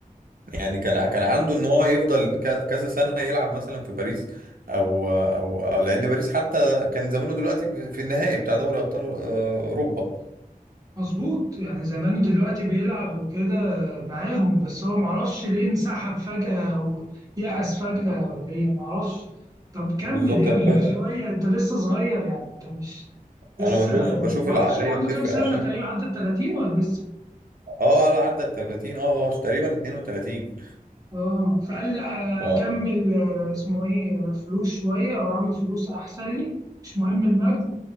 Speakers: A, on the right; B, on the right.
A: يعني كان كان عنده ان هو يفضل ك- كذا سنه يلعب مثلا في باريس او او أو- لان باريس حتى كان زمانه دلوقتي في في النهائي بتاع دوري ابطال آه، اوروبا
B: مظبوط يعني زمانه دلوقتي بيلعب وكده معاهم بس هو معرفش ليه انسحب فجأة أو يأس فجأة ولا إيه معرفش طب كمل
A: بالظبط
B: يا
A: ب-
B: ابني شوية أنت لسه صغير يعني أنت مش لسه
A: انا بشوف بشوف
B: معرفش
A: العقليه
B: هو عنده
A: بتفرق
B: كام سنة
A: عشان
B: تقريبا عدت 30 ولا لسه
A: اه لا عدى ال 30 اه هو تقريبا 32
B: اه فقال لا
A: ف...
B: أكمل آه، اسمه إيه آه، فلوس شوية وأعمل فلوس أحسن لي مش مهم المجد